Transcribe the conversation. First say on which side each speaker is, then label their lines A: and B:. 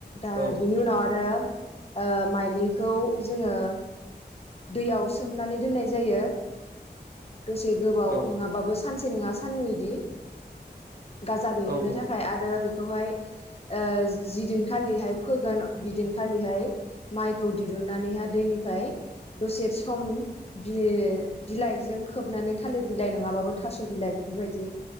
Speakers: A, on the left; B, on the right.
A: दा
B: औ
A: बिनि उनाव आरो ओ माइलिखौ जोङो दैयाव सोमनानै दोननाय जायो दसे गोबाव
B: औ
A: नङाबाबो सानसे नङा साननै इदि गाजा बेरहोनो
B: औ
A: थाखाय आरो खौहाय ओ जिदिनखालिहाय फोगोन बिदिनखालिहाय माइखौ दिरुन नानैहा दैनिफ्राय दसे सम बि-बिलाइजों खोबनानै थालिर बिलाइ नङाबाबो थास' बिलाइ बे फोरबायदि